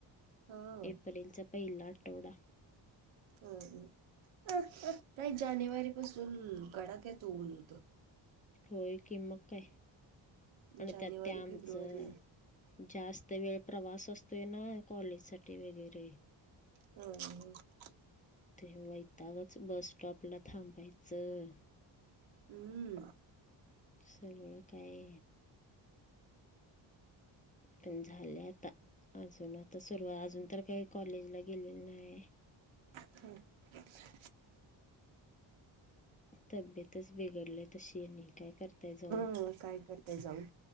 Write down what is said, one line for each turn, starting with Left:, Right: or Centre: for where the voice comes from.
Right: हं
Left: एप्रिलचा पहिला आठवडा
Right: अ काही जानेवारी पासून कडाक्याचं ऊन होतं.
Left: होय कि, मग काय, आणि
Right: जानेवारी
Left: त्यात ते आमचं
Right: फेब्रुवारी
Left: जास्त वेळ प्रवास असतोय ना, कॉलेजसाठी वगैरे
Right: <unintelligible>
Left: ते वैतागच, बस स्टॉपला थांबायचं
Right: हम्म.
Left: सगळं काय पण झालय आता, अजून आता सुरुवा अजून तर काही कॉलेजला गेलेलो नाहीय.
Right: हम्म.
Left: तब्येतच बिघडल्या तशी, आणि काय करताय जाऊन?
Right: हो, काय करताय जाऊन,